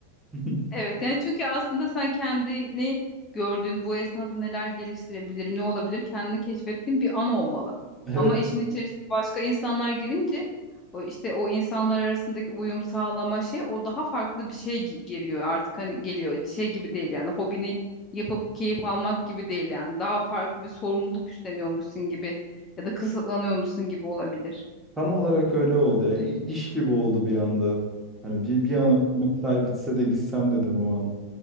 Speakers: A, in the centre; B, on the left.
A: <laughs>
B: Evet yani çünkü aslında sen kendini gördüğün bu esnada neler geliştirebilirim, ne olabilir kendini keşfettiğin bir an olmalı.
A: Evet
B: Ama işin içerisine başka insanlar girince o işte o insanlar arasındaki uyum sağlama şey o daha farklı bir şey gi- geliyor artık hani geliyor şey gibi değil yani hobini yapıp keyif almak gibi değil yani daha farklı bir sorumluluk üstleniyormuşsun gibi ya da kısıtlanıyormuşsun gibi olabilir.
A: tam olarak öyle oldu ya. İ- iş gibi oldu bir anda. Hani bir, bir an önce mesai bitse de gitsem dedim o an.